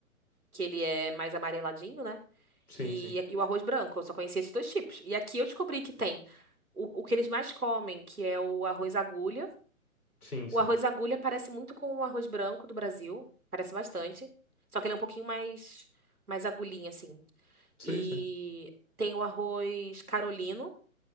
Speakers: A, on the right; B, on the left.
A: que ele é mais amareladinho, né?
B: Sim,
A: E,
B: sim.
A: e o arroz branco, eu só conhecia esses dois tipos. E aqui eu descobri que tem o, o que eles mais comem, que é o arroz agulha.
B: Sim, sim.
A: O arroz agulha parece muito com o arroz branco do Brasil, parece bastante. Só que ele é um pouquinho mais, mais agulhinha, assim.
B: Sei,
A: E
B: sei.
A: tem o arroz carolino.